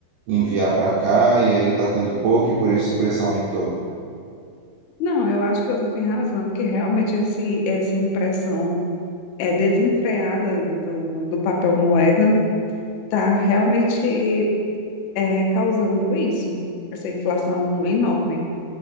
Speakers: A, on the right (about 80°); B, on the left (about 85°).
A: enviar para cá e aí está tendo pouco e por isso o preço aumentou?
B: Não, eu acho que você tem razão, que realmente esse, essa impressão é desenfreada do, do papel moeda está realmente é, causando isso, essa inflação enorme.